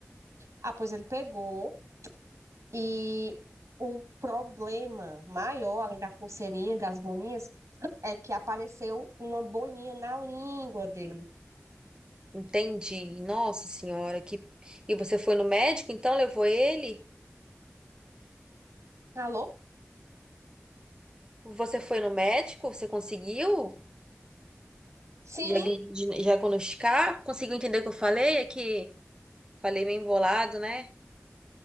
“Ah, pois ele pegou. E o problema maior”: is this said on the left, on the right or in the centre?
Right